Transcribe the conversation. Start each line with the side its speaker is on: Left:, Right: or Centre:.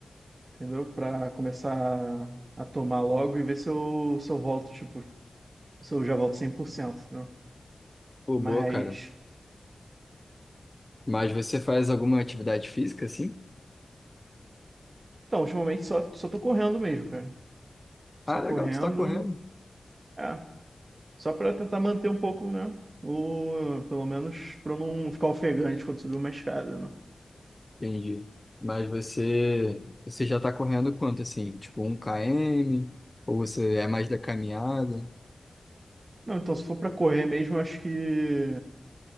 Right: entendeu? Pra começar a tomar logo e ver se eu, se eu volto, tipo, se eu já volto cem por cento entendeu?
Left: Pô,
Right: Mas,
Left: boa, cara. Mas você faz alguma atividade física assim?
Right: então, ultimamente só, só tô correndo mesmo, cara. Só
Left: Ah,
Right: correndo.
Left: legal, tu tá correndo.
Right: É. Só para tentar manter um pouco, né? O, pelo menos para não ficar ofegante quando subir uma escada, né?
Left: Entendi. Mas você, você já tá correndo quanto assim? Tipo um km? Ou você é mais da caminhada?
Right: Não, então se for para correr mesmo, eu acho que,